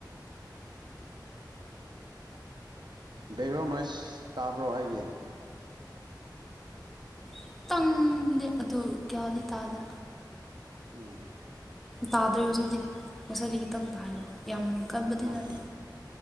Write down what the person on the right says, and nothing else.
ꯕꯦꯛꯒ꯭ꯔꯥꯎꯟ ꯅꯣꯏꯁ ꯇꯥꯕ꯭ꯔꯣ ꯑꯩꯒꯤ꯫
ꯎꯝ꯫
ꯑꯣ